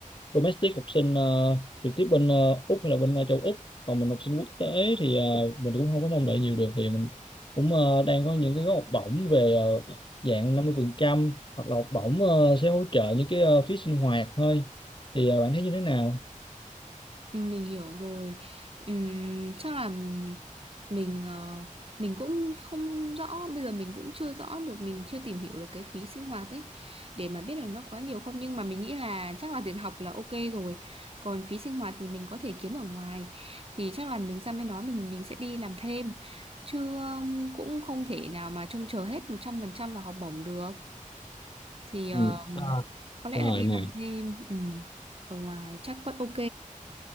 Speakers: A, on the left; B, on the right.
A: domestic học sinh ờ, trực tiếp bên ờ, Úc hay là bên ờ, châu Úc còn mình học sinh quốc tế thì ờ, mình cũng không có mong đợi nhiều được thì mình cũng ờ, đang có những cái gói học bổng về ờ, dạng 50% hoặc là học bổng ờ, sẽ hỗ trợ những cái ờ, phí sinh hoạt thôi thì ờ, bạn thấy như thế nào
B: mình hiểu rồi Ừm, chắc là mình ờ, mình cũng không rõ bây giờ mình cũng chưa rõ được mình chưa tìm hiểu được cái phí sinh hoạt ấy để mà biết được nó quá nhiều không nhưng mà mình nghĩ là chắc là tiền học là ok rồi còn phí sinh hoạt thì mình có thể kiếm ở ngoài thì chắc là mình sang bên đó mình mình sẽ đi làm thêm chứ ừm, cũng không thể nào mà trông chờ hết 100% vào học bổng được thì ờ,
A: Ừ. À,
B: có lẽ
A: rồi
B: là đi
A: nè
B: làm thêm ừm, ở ngoài chắc vẫn ok